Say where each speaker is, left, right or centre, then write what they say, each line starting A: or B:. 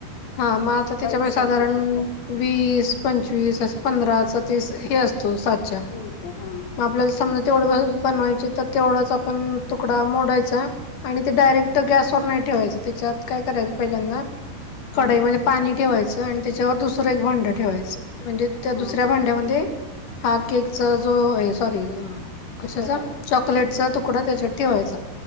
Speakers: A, on the left; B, on the left.
A: हां मग आता त्याच्या
B: बाईट
A: पण
B: सारखे
A: साधारण
B: छोटे
A: वीस, पंचवीस असे पंधरा चा, ते हे असतो, सा च्या,
B: मिळते हा
A: मग आपल्याला समज तेवढ <unintelligible> बनवायचे, तर तेवढाच तुकडा आपण मोडायचा आणि ते डायरेक्ट गॅसवर नही ठेवायचं, त्याच्यात काय करायचं पहिल्यांदा कडईमध्ये
B: हम्म
A: पाणी ठेवायचं आणि त्याच्यावर दुसरं एक भांड ठेवायचं, म्हणजे त्या
B: हा
A: दुसऱ्या
B: हा.
A: भांड्यामध्ये, हा केकचा जो ए सॉरी अ कशाचा?
B: तुकडा टाकायचा
A: चॉकलेटचा
B: फोडणी
A: तुकडा त्याच्यात ठेवायचा